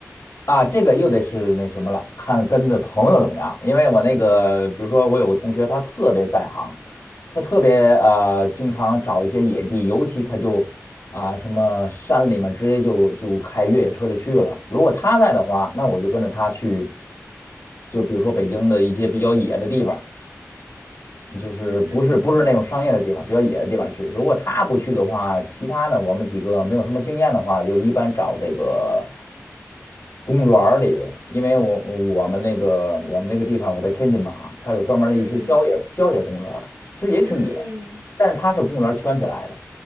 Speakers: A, on the left; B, on the right.
A: 啊，这个又得是那什么了，看跟的朋友怎么样。因为我那个，比如说我有个同学，他特别在行，他特别呃，经常找一些野地，尤其他就啊、什么山里面直接就就开越野车就去了。如果他在的话，那我就跟着他去，就比如说北京的一些比较野的地方，就是不是不是那种商业的地方，
B: 嗯
A: 比较野的地方去。如果他不去的话，其他呢，我们几个没有什么经验的话，就一般找这个公园儿里，因为我我们那个我们那个地方，我在天津嘛，它有专门儿一些郊野郊野公园儿其实也挺野，
B: 嗯嗯
A: 但是它是公园儿圈起来的，